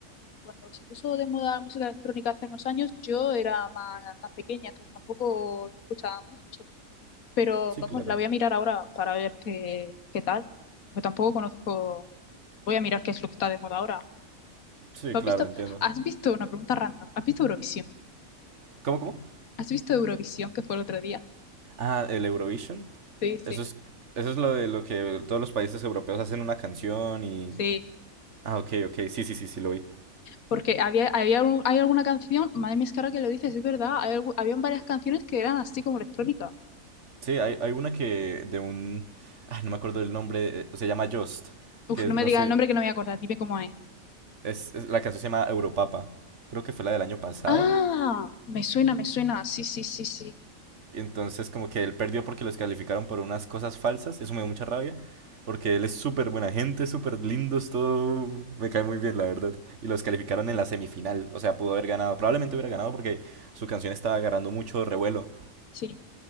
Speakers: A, on the left (about 85°); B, on the right (about 60°).
A: cuando se puso de moda la música electrónica hace unos años, yo era más, más pequeña, entonces tampoco escuchaba mucho. Pero
B: Sí,
A: vamos,
B: claro.
A: la voy a mirar ahora para ver qué, qué tal, porque tampoco conozco, voy a mirar qué es lo que está de moda ahora.
B: Sí,
A: ¿Tú
B: claro,
A: has visto,
B: entiendo.
A: has visto una pregunta random? ¿Has visto Eurovisión?
B: ¿Cómo, cómo?
A: ¿Has visto Eurovisión que fue el otro día?
B: Ah, el Eurovision.
A: Sí, sí.
B: Eso es, eso es lo de lo que todos los países europeos hacen una canción y...
A: Sí,
B: Ah, ok, ok, sí, sí, sí, sí, lo vi.
A: porque había, había un- hay alguna canción, madre mía, es que ahora que lo dices, es verdad, hay algu- habían varias canciones que eran así como electrónicas.
B: Sí, hay, hay una que de un... Ah, no me acuerdo del nombre, eh, se llama Just, que
A: Uf, no
B: es,
A: me
B: no
A: digas
B: sé,
A: el nombre que no me voy a acordar, dime cómo es.
B: es, es- la canción se llama Europapa. Creo que fue la del año pasado
A: Ah, me suena, me suena, sí, sí, sí, sí,
B: Entonces, como que él perdió porque los calificaron por unas cosas falsas. Eso me dio mucha rabia. Porque él es súper buena gente, súper lindo, es todo. Me cae muy bien, la verdad. Y los calificaron en la semifinal. O sea, pudo haber ganado. Probablemente hubiera ganado porque su canción estaba agarrando mucho revuelo.
A: sí.